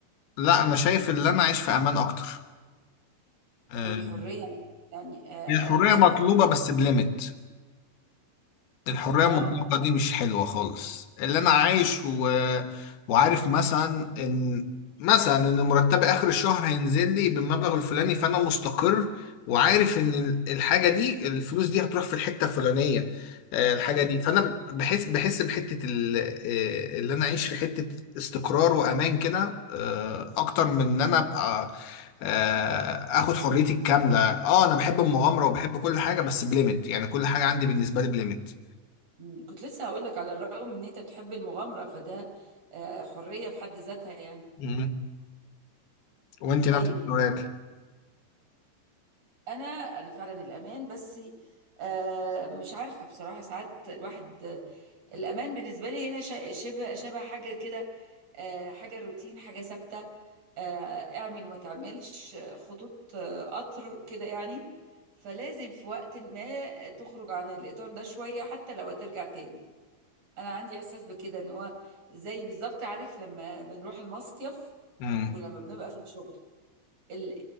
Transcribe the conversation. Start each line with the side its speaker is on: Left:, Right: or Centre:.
Left: لا انا شايف ان انا اعيش في امان اكتر آه،
Right: والحريه يعني آه
Left: الحريه
Right: آه مش
Left: مطلوبه
Right: هتبقى
Left: بس بليميت الحرية المطلقة
Right: اه
Left: دي مش حلوة خالص اللي أنا عايش و... وعارف مثلا إن مثلا إن مرتبي آخر الشهر هينزل لي بالمبلغ الفلاني فأنا مستقر وعارف إن ال- الحاجة دي الفلوس دي هتروح في الحتة الفلانية آه، الحاجة
Right: مم.
Left: دي فأنا بحس بحس بحتة ال... آه، اللي أنا أعيش في حتة استقرار وأمان كده آه، أكتر من إن أنا أبقى آه، اخد حريتي الكامله اه انا بحب المغامره وبحب كل حاجه بس بليمت يعني كل حاجه عندي بالنسبه لي بليمت
Right: مم. كنت لسه هقول لك على الرغم ان انت بتحب المغامره فده آه حريه في حد ذاتها يعني
Left: مم. وانت
Right: طيب
Left: نفس السؤال
Right: انا انا فعلا الامان بس آه، مش عارفه بصراحه ساعات الواحد آه، الامان بالنسبه لي هنا ش- شبه شبه حاجه كده آه، حاجه روتين حاجه ثابته آه، اعمل وما تعملش آه، خطوط آه، قطر كده يعني فلازم في وقت ما تخرج عن الاطار ده شويه حتى لو هترجع تاني انا عندي احساس بكده ان هو زي بالظبط عارف لما بنروح المصيف
Left: مم.
Right: ولما بنبقى في الشغل ال